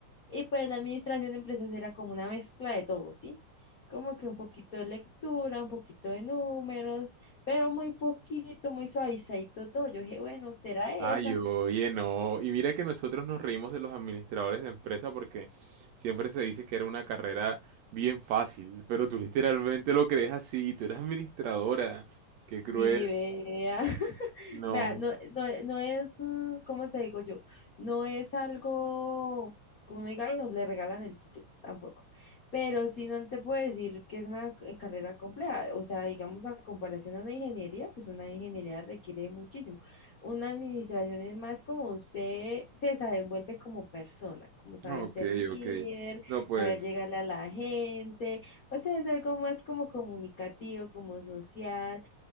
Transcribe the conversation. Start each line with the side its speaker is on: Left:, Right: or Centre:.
Left: Y pues la administración de empresas era como una mezcla de todo, ¿sí? Como que un poquito de lectura, un poquito de números, pero muy poquito, muy suavizadito todo. Yo dije, bueno, será esa.
Right: Ay, oye, no. Y mira que nosotros nos reímos de los administradores de empresa porque siempre se dice que era una carrera bien fácil, pero tú literalmente lo crees así y tú eres administradora. Qué cruel.
Left: Sí, vea. <laughs>
Right: No.
Left: Vea, no, no, no es, mm, ¿cómo te digo yo? No es algo que uno diga y no le regalan el título, tampoco. Pero si no te puedo decir que es una c- carrera compleja. O sea, digamos, a comparación a una ingeniería, pues una ingeniería requiere muchísimo. Una administración es más como usted se desenvuelve como persona, como saber
Right: Ok,
Left: ser líder,
Right: ok. No, pues.
Left: saber llegarle a la gente. O sea, es algo más como comunicativo, como social.